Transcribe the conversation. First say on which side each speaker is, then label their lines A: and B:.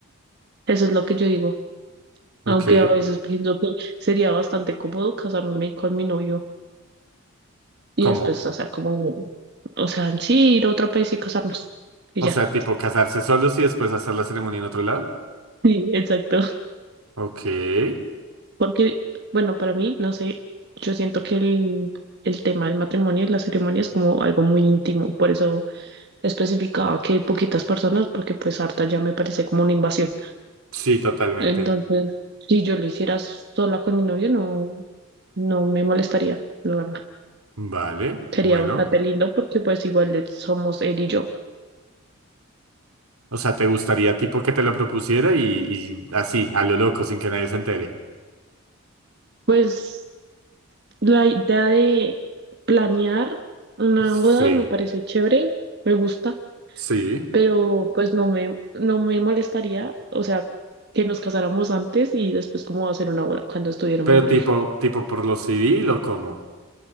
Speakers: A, on the right; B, on the right.
A: Eso es lo que yo digo.
B: Ok,
A: Aunque a veces pienso que sería bastante cómodo casarme con mi novio y
B: ¿cómo?
A: después hacer como, un- o sea, en sí, ir a otro país y casarnos. Y
B: O
A: ya.
B: sea, tipo casarse solos y después hacer la ceremonia en otro lado.
A: Sí, exacto. <laughs>
B: Ok.
A: Porque, bueno, para mí, no sé, yo siento que el, el tema del matrimonio y la ceremonia es como algo muy íntimo. Por eso especificaba que poquitas personas, porque pues harta ya me parece como una invasión.
B: Sí, totalmente.
A: Entonces, si yo lo hiciera sola con mi novio, no, no me molestaría, la verdad.
B: Vale,
A: Sería
B: bueno.
A: bastante lindo porque pues igual le- somos él y yo.
B: O sea, ¿te gustaría tipo que te lo propusiera y, y así, a lo loco, sin que nadie se entere?
A: Pues la idea de planear una
B: Sí,
A: boda me parece chévere, me gusta,
B: sí.
A: pero pues no me, no me molestaría, o sea, que nos casáramos antes y después cómo hacer una boda cuando estuviéramos
B: Pero
A: bien.
B: tipo,
A: <laughs>
B: tipo por lo civil o cómo?